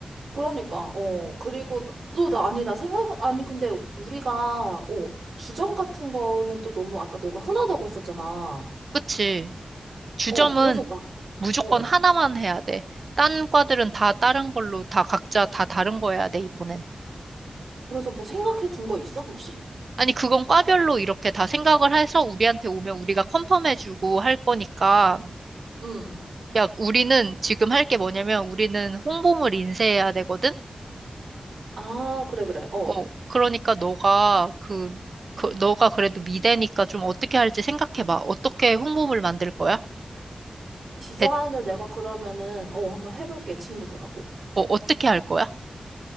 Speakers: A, on the right; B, on the right.
A: 그러니까, 어, 그리고 또 나, 아니, 나 생각, 아니, 근데 우리가, 어, 주점 같은 거는 또 너무 아까 너가 흔하다고 했었잖아.
B: 그치? 주점은
A: 어, 그래서 나,
B: 무조건
A: 어,
B: 하나만 해야 돼. 딴 과들은 다 다른 걸로 다 각자 다 다른 거 해야 돼, 이번엔.
A: 그래서 뭐 생각해 둔 거 있어, 혹시?
B: 아니, 그건 과별로 이렇게 다 생각을 해서 우리한테 오면 우리가 컨펌해주고 할 거니까.
A: 응
B: 야, 우리는 지금 할 게 뭐냐면 우리는 홍보물 인쇄해야 되거든?
A: 아, 그래, 그래, 어.
B: 어, 그러니까 너가 그, 그, 너가 그래도 미대니까 좀 어떻게 할지 생각해봐. 어떻게 홍보물 만들 거야?
A: 디자인을
B: 대,
A: 내가 그러면은, 어, 한번 해볼게, 친구들하고.
B: 어, 어떻게 할 거야?